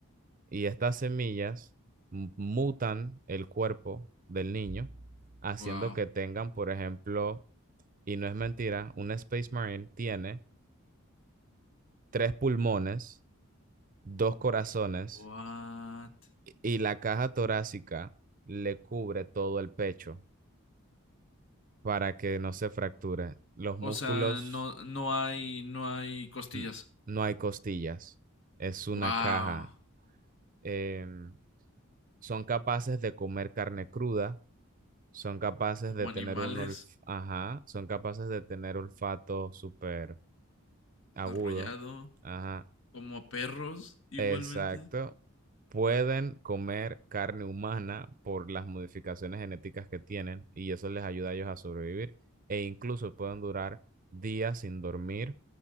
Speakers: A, on the right; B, on the left.
A: y estas semillas mu- mutan el cuerpo del niño haciendo
B: Wow.
A: que tengan, por ejemplo, y no es mentira, un Space Marine tiene tres pulmones, dos corazones
B: What?
A: y y la caja torácica le cubre todo el pecho para que no se fracture. Los músculos
B: O sea, no, no hay, no hay costillas.
A: n- no hay costillas, es una
B: Wow.
A: caja. Em, son capaces de comer carne cruda, son capaces
B: Como
A: de tener
B: animales,
A: un olf- ajá, son capaces de tener olfato súper
B: desarrollado,
A: agudo, ajá,
B: como a perros, igualmente.
A: exacto. Pueden comer carne humana por las modificaciones genéticas que tienen y eso les ayuda a ellos a sobrevivir e incluso pueden durar días sin dormir